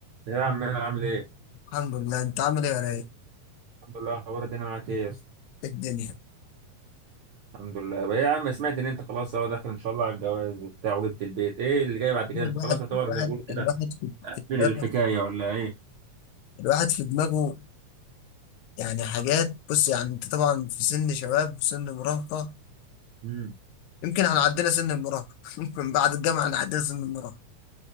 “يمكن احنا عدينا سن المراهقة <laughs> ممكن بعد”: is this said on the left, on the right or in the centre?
Left